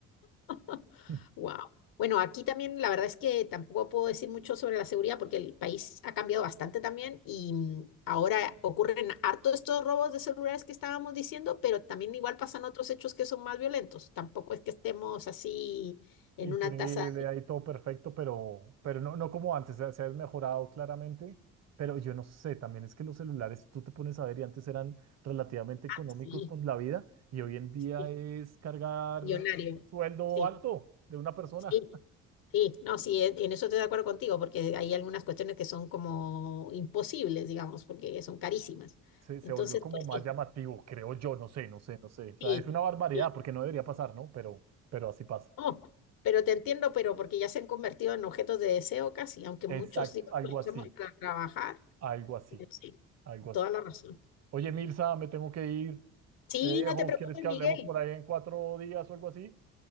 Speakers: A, on the left; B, on the right.
A: ok.
B: <laughs>
A: Wow. Bueno, aquí también la verdad es que tampoco puedo decir mucho sobre la seguridad porque el país ha cambiado bastante también y mm, ahora ocurren harto estos robos de celulares que estábamos diciendo, pero también igual pasan otros hechos que son más violentos. Tampoco es que estemos así en
B: Increíble,
A: una tasa
B: ahí todo perfecto, pero, pero no, no como antes, se, se ha desmejorado claramente, pero yo no sé, también es que los celulares, tú te pones a ver y antes eran relativamente económicos
A: así,
B: con la vida y hoy en día
A: sí,
B: es cargar
A: millonario.
B: un sueldo
A: Sí,
B: alto de una persona.
A: sí,
B: <laughs>
A: sí. No, sí, en en eso estoy de acuerdo contigo porque hay algunas cuestiones que son como imposibles, digamos, porque son carísimas.
B: Se, se
A: Entonces,
B: volvió como
A: pues
B: más
A: sí,
B: llamativo, creo yo, no sé, no sé, no sé. O sea,
A: sí.
B: es una barbaridad
A: sí.
B: porque no debería pasar, ¿no? Pero, pero así pasa.
A: No, pero te entiendo, pero porque ya se han convertido en objetos de deseo casi, aunque
B: Exacto,
A: muchos, digamos,
B: algo
A: los
B: así,
A: usamos para trabajar.
B: algo así,
A: pero Sí,
B: algo
A: toda
B: así.
A: la razón.
B: Oye, Mirza, me tengo que ir.
A: Sí,
B: Te dejo.
A: no te preocupes,
B: ¿Quieres que
A: Miguel.
B: hablemos por ahí en cuatro días o algo así?